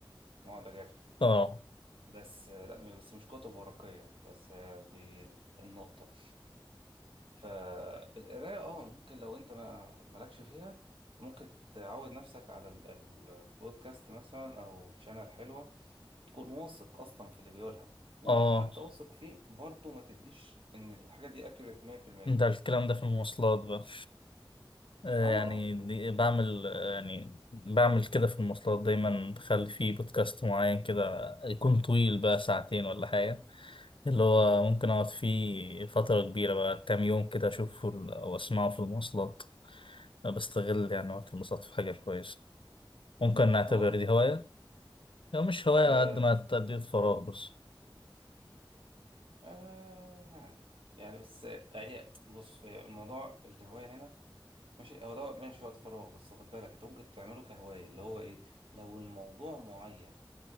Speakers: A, on the right; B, on the left.
A: اقعد اجرب
B: اه
A: بس آه لا بس مش كتب ورقيه بس آه دي النقطه فالقراية اه ممكن لو انت ما مالكش فيها ممكن تعود نفسك على ال- ال- البودكاست مثلا او تشانل حلوة تكون واثق اصلا في اللي بيقولها ولو
B: اه
A: حتى واثق فيه برضه ما تديش ان الحاجة دي اكيوريت 100%
B: ده الكلام ده في
A: طب
B: المواصلات بقى آه،
A: اه
B: يعني دي- بعمل آه، يعني بعمل كده في المواصلات دايما بخلي فيه بودكاست معين كده يكون طويل بقى ساعتين ولا حاجة اللي هو ممكن أقعد فيه فترة كبيرة بقى كام يوم كده أشوفه ال- أو أسمعه في المواصلات آه، بستغل يعني وقت المواصلات في حاجة كويسة ممكن نعتبر
A: اه
B: دي هواية أو مش هواية
A: آه،
B: قد ما تأدية فراغ بس
A: آه، يعني يعني بس آه، هي بص هي الموضوع الهواية هنا ماشي هو ده ماشي وقت فراغ بس خد بالك انت ممكن تعمله كهواية اللي هو ايه لو الموضوع معين